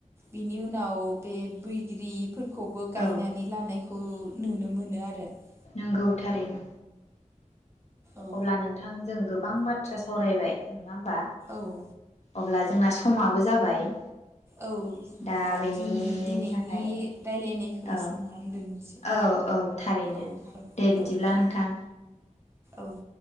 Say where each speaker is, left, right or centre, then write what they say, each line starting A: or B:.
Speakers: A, on the right; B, on the left.
A: बिनि उनाव बे बैग्रि फोरखौबो गायनानै
B: औ
A: लानायखौ नुनो मोनो आरो। आरो।
B: नंगौ थारैनो।
A: औ
B: अब्ला नोंथांजों गोबां बाथ्रा सावरायबाय नङा होमबा
A: औ
B: अब्ला जोंना समाबो जाबाय
A: औ होमबा
B: दा बेनि
A: जोंनि दिनैनि
B: थाखाय
A: रायलायनायखौ
B: औ
A: एसेङावनो दोननोसै
B: औ औ थारैनो
A: औ औ
B: दे बिदिब्ला
A: औ दे।
B: नोंथां
A: औ <unintelligible>